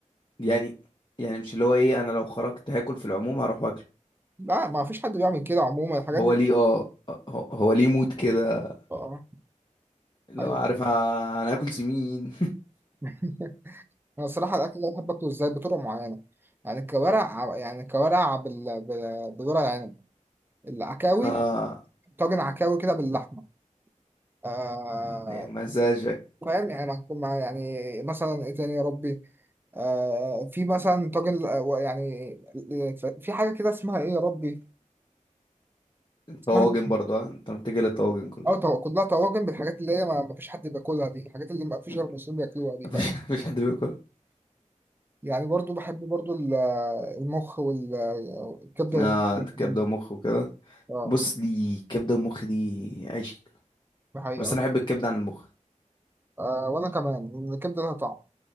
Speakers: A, on the left; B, on the right.
A: يعني يعني مش اللي هو ايه انا لو خرجت هاكل في العموم هروح واكله
B: لا ما فيش حد بيعمل كده عموما الحاجات
A: هو
B: دي
A: ليه اه هو هو ليه موت كده
B: اه
A: لو
B: ايوه
A: عارف آه، انا اكل سمين
B: <laughs> انا الصراحه الاكل ده بحب اكله ازاي بطرق معينه يعني الكوارع يعني الكوارع بال... بال... بالورق العنب العكاوي
A: <laughs> اه
B: طاجن عكاوي كده باللحمه آه...
A: مزاجك
B: فاهم يعني مع... مع- يعني مثلا ايه تاني يا ربي آه... في مثلا طاجن آه، يعني في حاجه كده اسمها ايه يا ربي
A: الطواجن
B: اسمها
A: برضه آه، انت متجه للطواجن كلها
B: اه طو... كلها طواجن بالحاجات اللي هي ما ما فيش حد بياكلها دي الحاجات اللي ما فيش
A: <laughs>
B: غير المصريين بياكلوها دي
A: مفيش
B: فاهم
A: مفيش حد بياكل
B: يعني برضو بحب برضو ال- المخ والكبده
A: اه
B: والكلام
A: انت كبده
B: ده.
A: ومخ وكده
B: اه
A: بص دي كبده ومخ دي عيش
B: دي حقيقة
A: بس انا بحب الكبده عن المخ
B: آه وأنا كمان الكبدة لها طعم